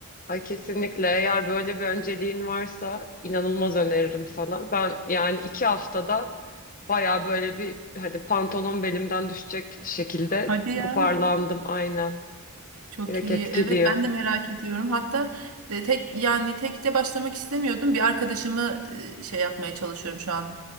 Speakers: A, on the left; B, on the right.
A: Ay kesinlikle eğer böyle bir önceliğin varsa inanılmaz öneririm sana. Ben yani iki haftada baya böyle bir hani pantolon belimden düşecek şekilde
B: Hadi ya.
A: toparlandım aynen.
B: Çok
A: Direkt
B: iyi.
A: etkiliyor.
B: Evet ben de merak ediyorum. Hatta de tek yani tek de başlamak istemiyordum. Bir arkadaşımı e, şey yapmaya çalışıyorum şu an.